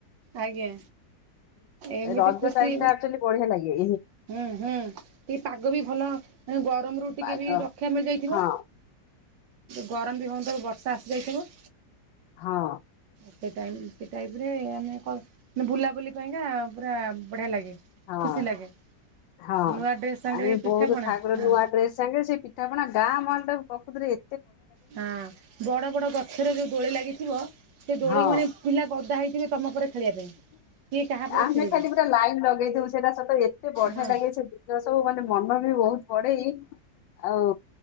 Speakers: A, on the right; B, on the left.
A: ଆଜ୍ଞା ଏମିତି
B: ରଜ
A: ଖୁସି
B: ଟାଇମ ଆକଚୁଲି ବଢିଆ ଲାଗେ।
A: ହୁଁ ହୁଁ ଟିକେ ପାଗ ବି ଭଲ ଗରମ ରୁ ଟିକେ
B: ପାଗ
A: ବି ରକ୍ଷା ମିଳି ଯାଇଥିବ।
B: ହଁ
A: ଗରମ ବି ହଉନଥିବ ବର୍ଷା ଆସି ଯାଇଥିବ।
B: ହଁ।
A: ସେ ଟାଇପ ରେ ଆମେ ବୁଲାବୁଲି ପାଇଁକା ପୁରା ବଢିଆ ଲାଗେ।
B: ହଁ
A: ଖୁସି ଲାଗେ।
B: ହଁ
A: ନୂଆ ଡ୍ରେସ୍ ସାଙ୍ଗରେ
B: ଆମେ
A: ପିଠାପଣା
B: ବହୁତ ଠାକୁର
A: ହଁ
B: ନୂଆ ସାଙ୍ଗେ ସେ ପିଠାପଣା ଗାଁ ମହଲଟାକୁ ପ୍ରକୁତ ରେ ଏ
A: ହଁ ବଡ ବଡ ଗଛରେ ଯୋଉ ଦୋଳି ଲାଗିଥିବ ସେ ଦୋଳିକୁ
B: ହଁ।
A: ମାନେ ପିଲା ଗଦା ହେଇଥିବେ ତମ ପରେ ଖେଳିବା ପାଇଁ କିଏ କାହା ପରେ
B: ଆମେ
A: ଖେଳିବେ
B: ଖାଲି ପୁରା ଲାଇନ୍ ଲଗେଇ ଦଉ ସେଇଟା ସତ ଏତେ ବଢିଆ
A: ହଁ
B: ଲାଗେ ସେ ସବୁ ମାନେ ମନ ବି ବହୁତ ବଢେଇ ଆଉ